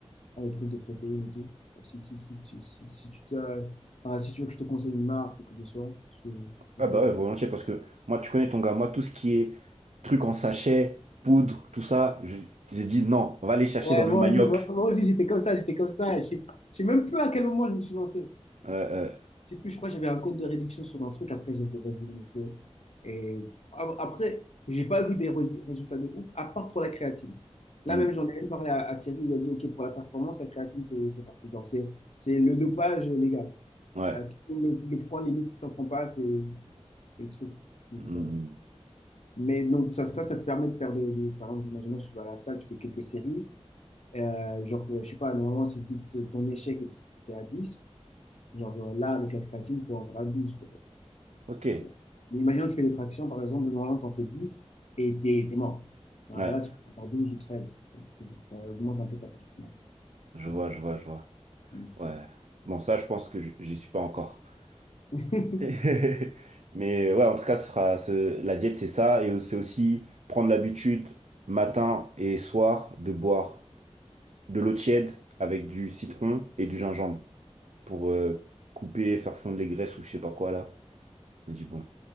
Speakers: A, on the left (about 70°); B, on the right (about 85°).
A: euh, des trucs de protéines et tout. Enfin, Si, si, si, tu- si, si, tu t'as- enfin, si tu veux que je te conseille une marque ou quoi que ce soit, parce que je
B: Ah
A: fais...
B: bah ouais, volontiers, parce que moi, tu connais ton gars, moi, tout ce qui est truc en sachet, poudre, tout ça, je- j'ai dit non, on va aller chercher
A: Ouais,
B: dans le
A: moi
B: manioc.
A: aussi, moi, moi aussi j'étais comme ça, j'étais comme ça. Je sais je sais même plus à quel moment je me suis lancé.
B: Euh, euh,
A: Je sais plus, je crois que j'avais un code de réduction sur un truc. Après, j'ai fait, vas-y, on essaie. Et a- après, j'ai pas vu des rés- résultats de ouf, à part pour la créatine. Là
B: hmm,
A: même, j'en ai même parlé à, à Thierry. Il lui a dit, OK, pour la performance, la créatine, c'est c'est parfait. Genre, c'est c'est le dopage légal.
B: ouais.
A: Là, tout le monde le, le prend, limite, si t'en prends pas, c'est c'est le truc. Donc,
B: hmm,
A: euh, mais donc, ça, ça, ça te permet de faire des, des- par exemple, imaginons, tu vas à la salle, tu fais quelques séries. Euh, genre, euh, je sais pas, normalement, si, si t- ton échec était à dix genre euh, là, avec la créatine, tu peux en faire à 12 peut-être
B: ok.
A: tu vois. Imaginons, tu fais des tractions, par exemple, normalement, tu en fais 10 et t'es, t'es mort. Bah,
B: Ouais,
A: là, tu peux en faire 12 ou 13. des trucs comme Ça augmente un peu ta performance.
B: je
A: Donc,
B: vois, je
A: euh,
B: vois, je vois.
A: donc ça.
B: Ouais. Bon, ça, je pense que je- j'y suis pas encore.
A: <laughs>
B: <laughs> Mais ouais, en tout cas, ce sera, ce- la diète, c'est ça. Et c'est aussi prendre l'habitude, matin et soir, de boire de l'eau tiède avec du citron et du gingembre pour euh, couper, faire fondre les graisses ou je sais pas quoi là. On dit bon,